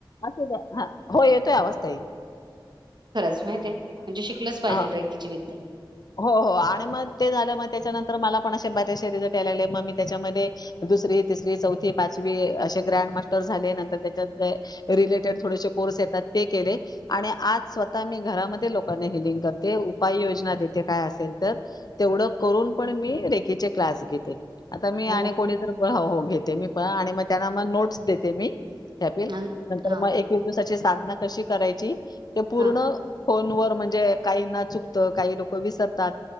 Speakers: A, on the left; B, on the right.
A: असू द्या हो येतोय आवाज ताई.
B: खरंच माहित्येय म्हणजे शिकलंच पाहिजेल
A: हा
B: रेकीची विद्या.
A: हो हो आणि मग ते झालं म त्याच्या नंतर मला पन असे बरेचसे रिझल्ट यायला लागले, म मी त्याच्यामध्ये दुस री, तिसरी, चौथी, पाचवी, आशे ग्रँड मास्टर झाले नंतर तेच्यात रिलेटेड थोडेसे कोर्से त ते केले, आणि आज स्वतः मी घरामधे लोकांना हलिंग करते उपाय योजना दे ते काय असेल तर तेवढं करून पण मी रेकी चे क्लास घेते. आता मी आणि
B: हो.
A: कोणी जर ब हो हो घेते मी पण आणि म त्यांना म नोट्स देते मी. त्यातील
B: अन्
A: नंतर
B: हां,
A: मग एकवीस दिवसाची साधना कशी करायची ते पूर्ण
B: हां.
A: फोन वर म्हणजे काही ना चुकत, काही लोक विसरतात